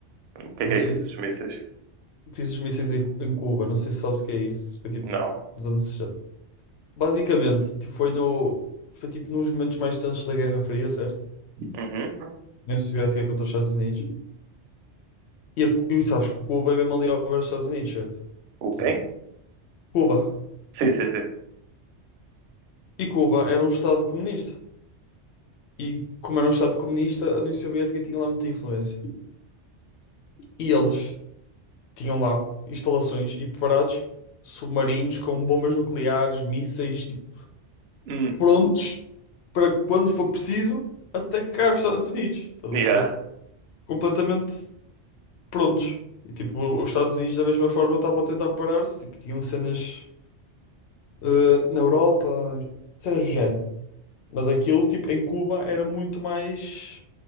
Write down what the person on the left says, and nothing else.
Não
sei
se.
A crise dos mísseis em em Cuba, não sei se sabes o que é isso. Foi tipo
nos anos sessenta Basicamente, tipo, foi no. Foi tipo nos momentos mais tensos da Guerra Fria, certo?
União Soviética contra os Estados Unidos. E, a- e sabes que Cuba é mesmo ali ao ver os Estados Unidos, certo?
Sim. Cuba.
E Cuba era um Estado comunista. E como era um Estado comunista, a União Soviética tinha lá muita influência. E eles tinham lá instalações e preparados submarinos com bombas nucleares, mísseis, tipo,
prontos para quando for preciso atacar os Estados Unidos. Estás
a perceber? Completamente prontos. E tipo, os Estados Unidos da mesma forma estavam a tentar parar-se. Tipo, tinham cenas eh, na Europa, cenas do género. Mas aquilo, tipo, em Cuba era muito mais